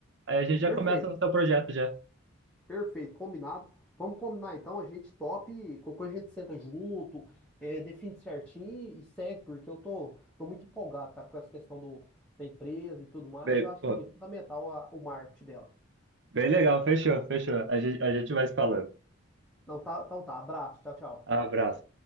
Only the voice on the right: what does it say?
Aí a gente já
começa no seu projeto já.
Bem,
pô,
bem legal, fechou, fechou. A gente, a gente vai se falando.
Abraço.